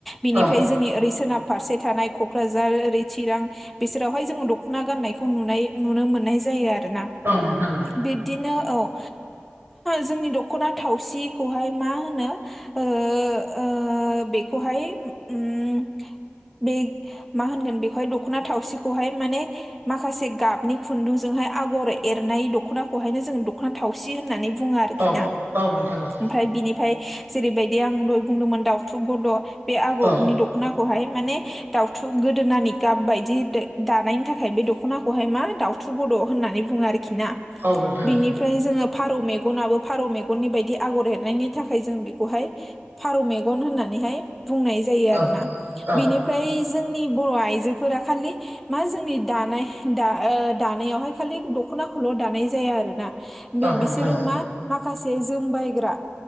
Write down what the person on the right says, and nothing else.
औ
<unintelligible>
औ नोंथां औ
औ नोंथां औ
औ
औ नोंथां
औ
औ
औ नोंथां
औ